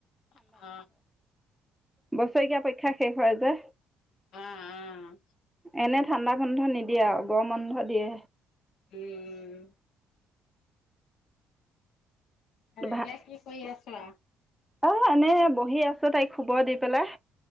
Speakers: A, on the left; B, in the centre.
A: অ
B: বছৰেকীয়া পৰীক্ষা শেষ হয় যে
A: অ', অ',
B: এনে ঠাণ্ডা বন্ধ নি দিয়া গৰম বন্ধ দিয়ে
A: উম। হয়।
B: ভা
A: এতিয়া কি কৰি আছ আ
B: অ এনেয়ে বহি আছো তাইক শুব দি পেলাই